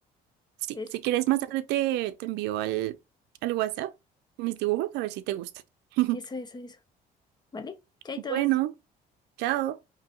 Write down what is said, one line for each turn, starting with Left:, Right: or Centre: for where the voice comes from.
Right: Sí,
Left: ¿Ves?
Right: si quieres más tarde te, te envío al, al WhatsApp mis dibujos a ver si te gustan. <laughs>
Left: Eso, eso, eso. ¿Vale? Chaitos.
Right: Bueno, chao.